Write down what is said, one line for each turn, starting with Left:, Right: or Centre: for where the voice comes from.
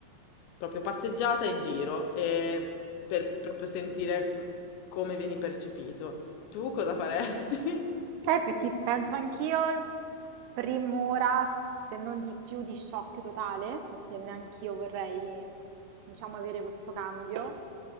Left: proprio passeggiata in giro, e per proprio sentire come vieni percepito. Tu cosa faresti? <laughs>
Right: Sai, pe- sì, penso anch'io, prim'ora, se non di più, di shock totale, perché neanch'io vorrei, diciamo, avere questo cambio.